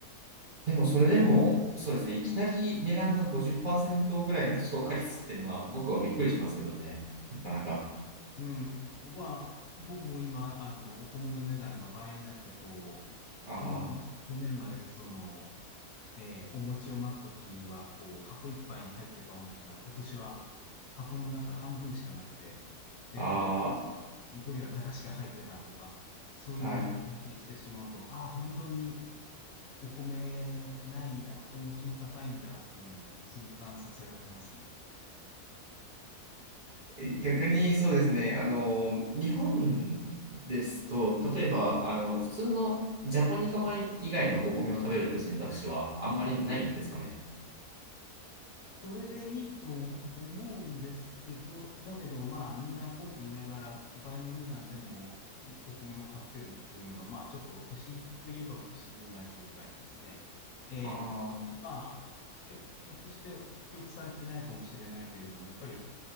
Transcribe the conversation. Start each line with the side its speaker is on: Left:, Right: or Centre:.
Right: でもそれでも、そうですね、いきなり値段が50%ぐらいの <laughs> 消化率っていうのは僕はびっくりしますけどね。なかなか。
Left: うん。まあ、僕も今、あの、お米の値段が倍になって、こう、
Right: あ
Left: 去年、去年まで、その、えーお餅を巻くときは、こう、箱いっぱいに入ってたお餅が、今年は箱の中半分しかなくて、で、
Right: あ、
Left: こ
Right: あ
Left: う、残りは駄菓子が入ってたとか、そういうのを体験してしまうと、
Right: あ、は
Left: ああ、本当にお米ないんだ、お餅も高いんだ、というのを痛感させられますね。
Right: い。<laughs> 逆にそうですね、あの、日本ですと、例えば、あの、普通のジャポニカ米以外のお米を食べるって選択肢はあんまりないんですかね。
Left: それでいいと思思うんですけど、だけどまあみんな文句言いながら倍の値段でもおお米を買ってるっていうのがまあちょっと不思議といえば不思議な状態ですね。えっと、
Right: ああ、
Left: まあひょ、ひょっとして記憶されてないかもしれないけれども、やっぱり